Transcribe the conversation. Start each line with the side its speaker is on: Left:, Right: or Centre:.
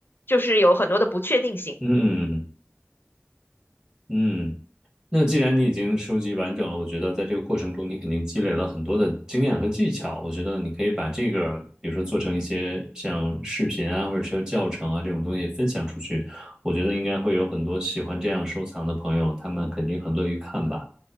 Left: 就是有很多的不确定性。
Right: 嗯嗯嗯。那既然你已经收集完整了，我觉得在这个过程中，你肯定积累了很多的经验和技巧。我觉得你可以把这个，比如说做成一些像视频啊，或者说教程啊这种东西分享出去。我觉得应该会有很多喜欢这样收藏的朋友，他们肯定很乐于看吧。